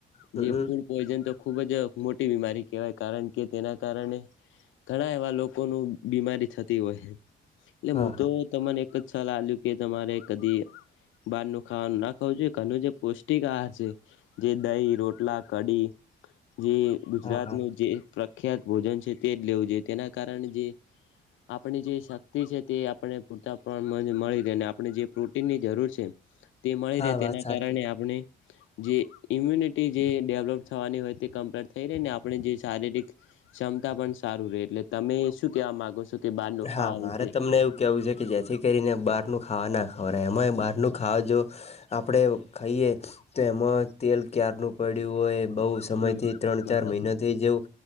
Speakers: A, on the left; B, on the left.
A: હમ
B: જે ફૂડ પોઈઝન તો ખૂબ જ મોટી બીમારી કહેવાય કારણ કે તેના કારણે. ઘણા એવા લોકો ને બીમારી થતી હોય એટલે
A: હા
B: હું
A: હા
B: તો. તો મને એક જ સલાહ આયું કે તમારે કદી બહાર નું ખાવાનું ના ખાવું જોઈએ ઘનું જે પો. ટિક આાર છે જે દહી રોટલા કડી જે. ગુજરાતનું
A: હા હા
B: જે પ્રખ્યાત ભોજન છે તે જ લેવું જોઈએ તેના કારણે જે. આપણી જે શક્તિ છે તે આપણે પૂરતા પ્રમાણમાં મળી રહે અને આપણે જે પ્રોટીનની જરૂર છે. તે મળી
A: હા
B: રહે તેના
A: વાત સાચી
B: કારણે આપણે. જે ઇમ્યુનિટી જે ડેવલોપ થવાની હોય તે કમ્પ્લેર થઈ રહી ને આપણે જે શારીરિક. ક્ષમતા પણ સારું રે એટલે તમે શું કેવા માંગો છો. કે બહારનું ખાવા
A: હા મારે
B: વિશે
A: તમને એવું કેવું છે. કે જેથી કરીને બહારનું ખાવા ના ખવડ એમાં બહારનું ખાવા જો. આપણેે ખાઈએ તો એમાં તેલ ક્યારનું પડ્યું હોય બઉ સમય
B: હમ
A: થી ત્રણ
B: વાત
A: ચાર
B: સાચી
A: મહિનાથી જેવું.